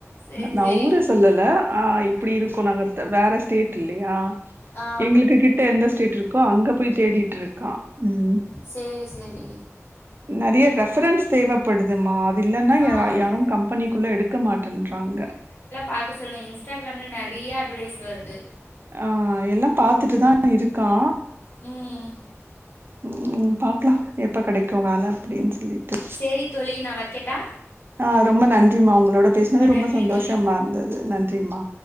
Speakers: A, on the left; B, on the right.
A: சேரி
B: நா
A: சேரி
B: ஊர சொல்லல ஆ இப்டி இருக்கு நாங்க த வேற இல்லயா
A: ஆ
B: எங்களுக்கு கிட்ட எந்த ஸ்டேட் இருக்கோ அங்க போய் தேடிட்ருக்கா ம்
A: சேரி சேரி
B: நெறைய ரெஃபரன்ஸ் தேவைப்படுதுமா அது இல்லன்னா
A: ஆ
B: யா யாரு கம்பெனிக்குள்ள எடுக்க மாட்டன்றாங்க
A: பாக்க சொல்லுங்க இன்ஸ்டாகிராமில நெறையா அட்வெடைஸ் வருது
B: ஆ எல்லா பாத்துட்டுதா இருக்கா
A: ம்
B: ம் பாக்கலா எப்போ கெடைக்கு வேல அப்டின் சொல்லிட்டு
A: சேரி தோழி நா வைக்கட்டா
B: ஆ ரொம்ப நன்றிமா உங்களோட பேசினது ரொம்ப
A: நன்றி
B: சந்தோஷம்மா
A: தோழி
B: இருந்தது நன்றிம்மா